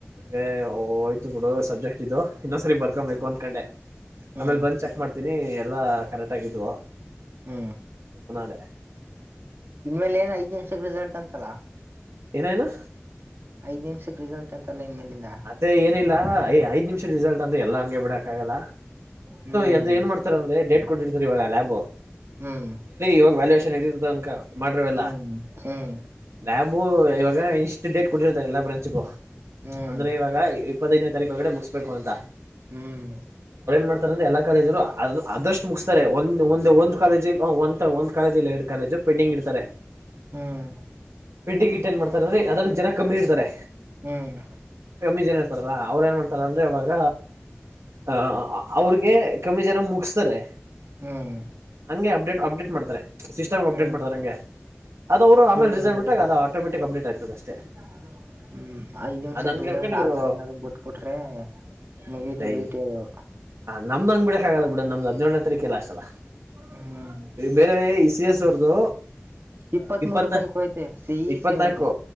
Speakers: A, on the right; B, on the right.
A: ಹೇ ಹೋಯ್ತು ಬಿಡು ಸಬ್ಜೆಕ್ಟ್ ಇದು ಇನ್ನೊಂದ್ಸರಿ ಬರ್ಕೊಬೇಕು
B: ಹ್ಮ್
A: ಅಂದಕೊಂಡೆ
B: ಹ್ಮ್
A: ಆಮೇಲೆ ಬಂದ್ ಚೆಕ್ ಮಾಡ್ತೀನಿ ಎಲ್ಲಾ ಕರೆಕ್ಟ್ ಆಗಿದ್ವು
B: ಹ್ಮ್
A: ಸುಮ್ಮನೆ ಅದೇ
B: ಇನ್ ಮೇಲೆ ಏನ್ ಐದ್ ನಿಮಿಷಕ್ಕೆ ರಿಸಲ್ಟ್ ಅಂತಲ್ಲ
A: ಏನ್ ಏನು
B: ಐದ್ ನಿಮಿಷಕ್ಕೆ ರಿಸಲ್ಟ್ ಅಂತೆ ಅಂತಲ್ಲ ಇನ್ಮೇಲಿಂದ
A: ಅದೇ ಏನಿಲ್ಲ ಐ ಐದ್ ನಿಮಿಷ ರಿಸಲ್ಟ್ ಅಂತ ಎಲ್ಲಾ ಹಂಗೆ ಬಿಡಕ್ ಆಗಲ್ಲ
B: ಹ್ಮ್
A: ಏಂದ್ರ ಏನ್ ಮಾಡ್ತಾರ ಅಂದ್ರೆ ಡೇಟ್ ಕೊಟ್ಟಿಡ್ತಾರೆ ಇವಾಗ ಲ್ಯಾಬು
B: ಹ್ಮ್
A: ಇವಾಗ ವ್ಯಾಲ್ಯಷನ್ ಇಟ್ಟಿರ್ತಾರೆ ಅನ್ಕೋ ಮಾಡ್ರಿವೆಲ್ಲ
B: ಹ್ಮ್ ಹ್ಮ್
A: ಲ್ಯಾಬು ಇವಾಗ ಇನ್ಸ್ಟಿಟ್ಯೇಟ್ ಕೊಟ್ಟಿರ್ತಾರೆ ಎಲ್ಲ ಬ್ರಾಂಚ್ಗೂ
B: ಹ್ಮ್
A: ಅಂದ್ರೆ ಇವಾಗ ಇಪ್ಪತ್ತೈನೇ ತಾರೀಕು ಒಳಗಡೆ ಮುಗಿಸ್ಬೇಕು ಅಂತ
B: ಹ್ಮ್
A: ಮಾಡ್ತಾರೆಂದೆ ಎಲ್ಲಾ ಕಾಲೇಜರು ಅದಷ್ಟು ಮುಗಿಸ್ತಾರೆ ಒ ಒಂದ ಒಂದು ಕಾಲೇಜ ಒಂದು ಒಂದು ಕಾಲೇಜ ಇಲ್ಲ ಎರಡು ಕಾಲೇಜು ಪೆಂಡಂಗ್ ಇಡ್ತಾರೆ
B: ಹ್ಮ್
A: ಪೆಂಡಿಂಗ್ ಇಟ್ಟು ಏನ್ ಮಾಡ್ತಾರೆ ಅದ್ರಲ್ಲಿ ಜನ ಕಮ್ಮಿ ಇರ್ತಾರೆ
B: ಹ್ಮ್
A: ಕಮ್ಮಿ ಜನ ಇರ್ತಾರಲ್ಲ ಅವ್ರ ಏನ್ ಮಾಡ್ತಾರ ಅಂದ್ರೆ ಅವಾಗ ಆ ಅವ್ರಗೆ ಕಮ್ಮಿ ಜನ ಮುಗ್ಸ್ತಾರೆ.
B: ಹ್ಮ್
A: ಹಂಗೆ ಅಪ್ಡೇಟ್ ಅಪ್ಡೇಟ್ ಮಾಡ್ತಾರೆ. ಸಿಸ್ಟಮ್ ಅಪ್ಡೇಟ್
B: ಹ್ಮ್
A: ಮಾಡ್ತಾರೆ ನಂಗೆ ಅದು ಅವರು ಆಮೇಲೆ
B: ನಿಮ್ಗಂಟ
A: ರಿಸಲ್ಟ್ ಬಿಟ್ಟಾಗ ಅದು ಆಟೋಮೆಟಿಕ್ ಅಪ್ಡೇಟ್ ಆಯ್ತದ ಅಷ್ಟೇ.
B: <unintelligible> ಹ್ಮ್ ಐದ್ ನಿಮಿಷ
A: ಅದ್ ಹಂಗ್
B: ರಿಸಲ್ಟ್
A: ಹೇಳ್ಕೊಂಡ್ ಇವ್ರು
B: ಆತರ ಏನಾದ್ರು ಬಿಟ್ಬಿಟ್ರೆ ಮುಗೀತ
A: ಲೈ
B: ಬಿಟಿ ಹೇಳ.
A: ಹ ನಮ್ದ ಹಂಗ್ ಬಿಡಕ್ ಆಗಲ್ಲ ಬಿಡ ನಮ್ದ್ ಹದಿನೇಳು ತರೀಕೆ ಲಾಸ್ಟ್ ಅಲ್ಲ.
B: ಹ್ಮ್
A: ಬೇರೆ ಸಿ ಯಸ್ ಅವರ್ದು.
B: ಇಪ್ಪತ್
A: ಇಪ್ಪತ್ನಾ
B: ಮೂರು ತನಕ ಹೋಯ್ತೆ ಸಿ ಇ
A: ಇಪ್ಪತ್ನಾಕು
B: ಸಿ ಅವ್ರ್ದು